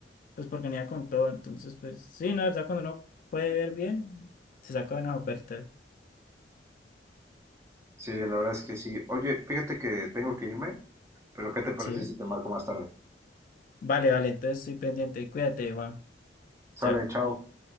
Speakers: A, on the left (about 50°); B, on the right (about 15°).
A: pues porque venía con todo. Entonces, pues sí, no, la verdad, cuando uno puede ver bien, se saca buenas ofertas.
B: Sí, la verdad es que sí. Oye, fíjate que tengo que irme, pero ¿qué te parece
A: Sí.
B: si te marco más tarde?
A: Vale, vale, entonces estoy pendiente. Cuídate, Juan.
B: Sale,
A: Chao.
B: chao.